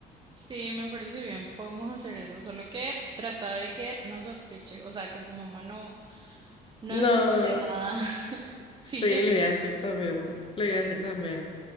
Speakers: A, on the right; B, on the left.
A: Sí, me parece bien, podemos hacer eso, solo que trata de que no sospeche, o sea, que su mamá no, no
B: No,
A: sospeche nada <laughs>
B: Sí,
A: sin querer.
B: le voy a decir también, le voy a decir también,